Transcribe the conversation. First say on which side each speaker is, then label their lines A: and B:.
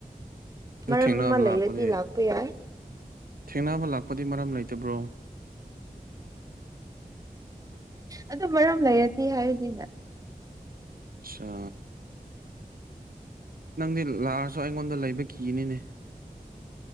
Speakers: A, on the right; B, on the right.
A: ꯑꯗꯨ
B: ꯃꯔꯝ
A: ꯊꯦꯡꯅꯕ
B: ꯑꯃ ꯂꯩꯔꯗꯤ
A: ꯂꯥꯛꯄꯗꯤ
B: ꯂꯥꯛꯄ ꯌꯥꯏ
A: ꯊꯦꯡꯅꯕ ꯂꯥꯛꯄꯗꯤ ꯃꯔꯝ ꯂꯩꯇꯕ꯭ꯔꯣ
B: ꯑꯗꯨ ꯃꯔꯝ ꯂꯩꯔꯗꯤ ꯍꯥꯏꯔꯗꯤꯅ
A: ꯑꯆꯥ ꯅꯪꯗꯤ ꯂꯥꯁ ꯁꯣ ꯑꯩꯉꯣꯟꯗ ꯂꯩꯕ ꯀꯤꯅꯤꯅꯦ